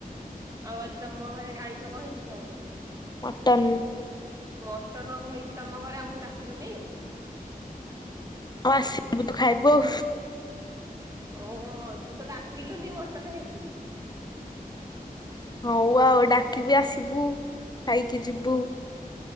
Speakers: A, on the right; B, on the left.
A: ଆଉ ଆଜି ତମ ଘରେ ଆଇଁଷ କଣ ହେଇଛି ଖାଇବାକୁ?
B: ମଟନ୍।
A: ମଟନ ହେଇଛି ତମ ଘରେ ଆମକୁ ଡ଼ାକିଲୁନି?
B: ହଉ ଆସିବୁ ତୁ ଖାଇବୁ ଆଉ।
A: ଓ ତୁ ତ ଡ଼ାକିଲୁନି ମଟନ ହେଇଛି।
B: ହଉ ଆଉ ଡ଼ାକିବି ଆସିବୁ ଖାଇକି ଯିବୁ।